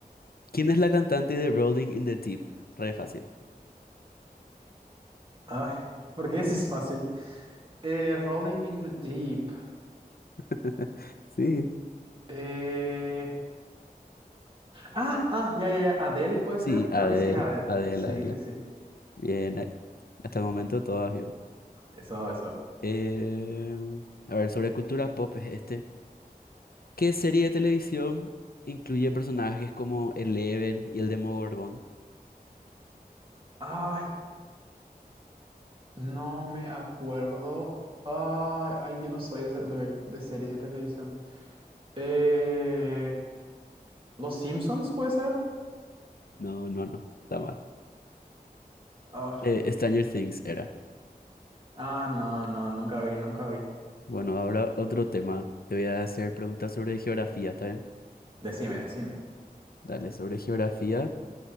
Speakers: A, on the left; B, on the right.
A: ¿quién es la cantante de Rolling in the Deep? Re fácil.
B: Ay, porque <laughs> ese es fácil. Eh, Rolling in the Deep.
A: <laughs> Sí.
B: Eh, Ah, ah, ya, ya, ya. Adele puede
A: Sí,
B: ser.
A: Adele,
B: Creo que sí es Adele.
A: Adele,
B: Sí,
A: Adele.
B: sí, sí.
A: Bien, ahí. Hasta el momento todas bien.
B: Eso, eso.
A: Eh, a ver, sobre cultura pop es este. ¿Qué serie de televisión incluye personajes como Eleven y el Demogorgon?
B: Ay, no me acuerdo. Ay, ay, yo no soy de, se- de ver de series de televisión. Eh, ¿Los Simpsons puede ser?
A: No, no, no, está mal.
B: Ah,
A: Eh, Stranger Things era.
B: ah, no, no, nunca vi, nunca vi.
A: Bueno, ahora otro tema. Te voy a hacer preguntas sobre geografía, ¿está bien?
B: Decime, decime.
A: Dale, sobre geografía.